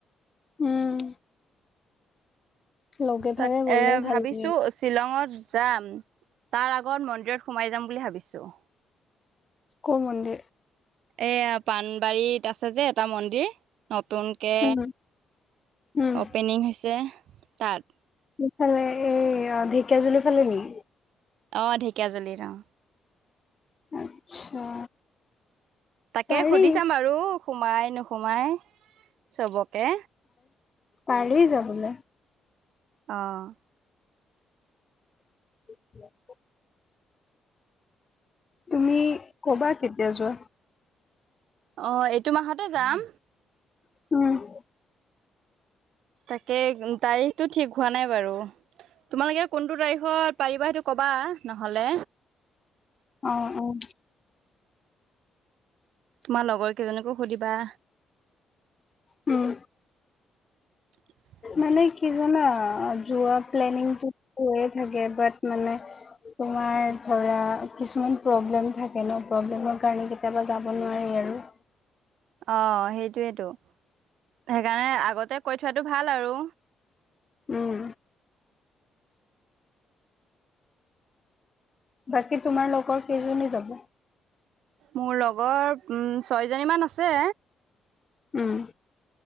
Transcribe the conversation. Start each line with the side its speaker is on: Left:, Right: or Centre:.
Left: উম। লগে ভাগে
Right: তাকে
Left: গ'লে ভাল
Right: ভাবিছোঁ
Left: লাগে।
Right: শ্বিলংত যাম, তাৰ আগত মন্দিৰত সোমাই যাম বুলি ভাবিছোঁ।
Left: কোন মন্দিৰ?
Right: এয়া পাানবাৰীত আছে যে এটা মন্দিৰ নতুন কে
Left: উম উম
Right: অপেনিং হৈছে তাত।
Left: ইফালে এই আ, ঢেকীয়াজুলি ফালে নেকি?
Right: অ' ঢেকীয়াজুলিত অ'।
Left: আচ্ছা।
Right: তাকে
Left: পাৰি
Right: সুধি চাম বাৰু, সোমাই নোসোমাই চবকে।
Left: পাৰি যাবলে।
Right: অ'।
Left: <inaudible> তুমি ক'বা কেতিয়া যোৱা।
Right: অ' এইটো মাহতে যাম।
Left: <inaudible>
Right: তাকে তাৰিখটো ঠিক হোৱা নাই বাৰু। তোমালোকে কোনটো তাৰিখত পাৰিবা সেইটো ক'বা নহ'লে।
Left: অ', অ'।
Right: তোমাৰ লগৰ কেইজনীকো সুধিবা।
Left: উম।
Right: <inaudible>
Left: মানে কি জানা যোৱা প্লেনিংটো হৈয়ে থাকে বাট মানে তোমাৰ ধৰা কিছুমান প্ৰব্লেম থাকে ন' প্ৰব্লেমৰ কাৰণে কেতিয়াবা যাব নোৱাৰি আৰু।
Right: অ' হেইটোয়েতো, সেইকাৰণে আগতে কৈ থোৱাটো ভাল আৰু।
Left: উম। বাকী তোমাৰ লগৰ কেইজনী যাব?
Right: মোৰ লগৰ উ, ছয়জনীমান আছে।
Left: উম।